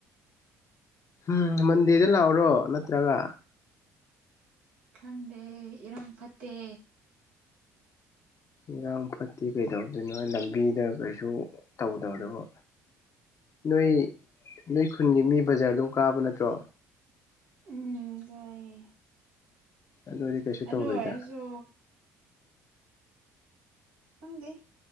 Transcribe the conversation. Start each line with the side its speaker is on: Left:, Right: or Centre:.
Left: ꯎꯝ ꯃꯟꯗꯦꯗ ꯂꯥꯛꯑꯣꯔꯣ ꯅꯠꯇ꯭ꯔꯒ
Right: ꯈꯪꯗꯦ ꯏꯔꯥꯡ ꯐꯠꯇꯦ
Left: ꯏꯔꯥꯡ ꯐꯠꯇꯤ ꯀꯩꯗꯧꯗꯣꯏꯅꯣ ꯂꯝꯕꯤꯗ ꯀꯩꯁꯨ ꯇꯧꯗꯧꯗꯕ ꯅꯣꯏ ꯅꯣꯏ ꯈꯨꯟꯒꯤ ꯃꯤ ꯕꯖꯥꯔ ꯑꯗꯨꯝ ꯀꯥꯕ ꯅꯠꯇ꯭ꯔꯣ
Right: ꯎꯝ ꯀꯑꯌꯦ
Left: ꯑꯗꯨꯗꯤ ꯀꯩꯁꯨ
Right: ꯑꯗꯨ
Left: ꯇꯧꯔꯣꯏꯗ
Right: ꯑꯣꯏꯔꯁꯨ ꯈꯪꯗꯦ